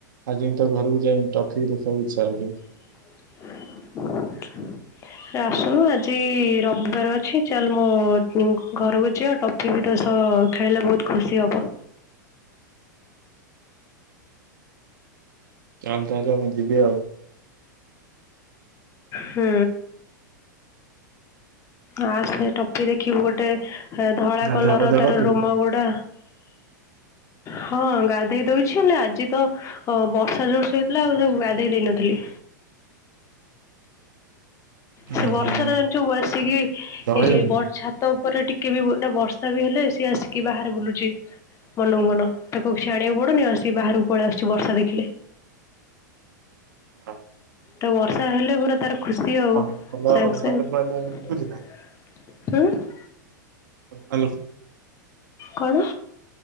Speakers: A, on the right; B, on the left.
A: ଆଜିଁ ତ ଘରକୁ ଯାଁଇଁ ଟକିକି ଦେଖିବାକୁ ଇଚ୍ଛା ହଉଛି।
B: <inaudible> ଆସନୁ ଆଜି ରବିବାର ଅଛି ଚାଲେ ମୋ ଘରକୁ ଯିବା ଟପ୍ କି ବି ତୋ ସହ ଖେଳିଲେ ବୋହୁତ ଖୁସି ହେବ।
A: ନାହେଲେ ତାହେଲେ ମୁଁ ଯିବି ଆଉ।
B: ହୁଁ। ଆସେ ଟପି ଦେଖିବୁ ଗୋଟେ ଧଳା
A: ଗାଧୁଆ
B: କଲର
A: ପାଧୁଆ
B: ତାର
A: କରିଦବୁ
B: ରୋମ
A: ନା?
B: ଗୁଡା। ହଁ ଗାଧେଇ ଦଉଛି ହେଲେ ଆଜି ତ ହ ବର୍ଷା ଜୋର ସେ ହେଇଥିଲା ଆଉ ତାବୁ ଗ୍ୟାଧେଇ ଦେଇନଥିଲି।
A: ହୁଁ
B: ସେ ବର୍ଷାରେ
A: ହୁଁ।
B: ଜୋ ବସିକି
A: ଜଳଖିଆ
B: ଏଇ ବର୍ଷା ତା ଉପରେ ଟିକେ ବି ନା ବର୍ଷା ବି ହେଲେ ସିଏ ଆସିକି ବାହାରେ ବୁଲୁଛି। ମନକୁ ମନ ତାକୁ କିଛି ଆଣିବାକୁ ପଡୁନି ଆସିକି ବାହାରକୁ ପଳେଇ ଆସୁଛି ବର୍ଷା ଦେଖିଲେ।
A: ହଁ।
B: ତ ବର୍ଷା ହେଲେ ପୁରା ତାର ଖୁସି ଆଉ
A: ଅଜଣା
B: ସାଙ୍ଗେ
A: ଲୋକ
B: ସାଙ୍ଗେ।
A: ଆଇଲେ ଭୁକୁଛି ନା?
B: ଉଁ।
A: ହାଲୋ।
B: କଣ।